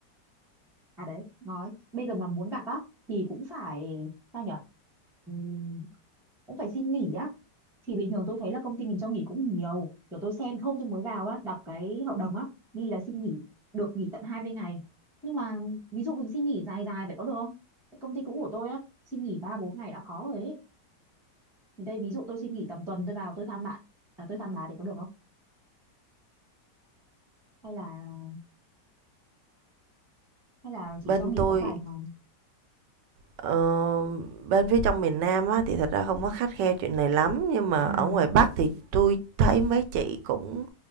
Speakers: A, in the centre; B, on the right (about 80°).
A: à đấy nói bây giờ mà muốn gặp á thì cũng phải sao nhở Ừm, cũng phải xin nghỉ á thì bình thường tôi thấy là công ty mình cho nghỉ cũng nhiều kiểu tôi xem hôm tôi mới vào á đọc cái hợp đồng á ghi là xin nghỉ được nghỉ tận hai mươi ngày nhưng mà ví dụ mình xin nghỉ dài dài vậy có được không cái công ty cũ của tôi á xin nghỉ ba bốn ngày đã khó rồi ấy Thì đây ví dụ tôi xin nghỉ tầm tuần tôi vào tôi thăm bạn à, tôi thăm bà thì có được không hay là hay là chỉ
B: Bên
A: cho nghỉ
B: tôi
A: có vài ngày
B: ờ, bên phía trong miền Nam á thì thật ra không có khắt khe chuyện này lắm, nhưng mà
A: ừ.
B: ở ngoài Bắc thì tôi thấy mấy chị cũng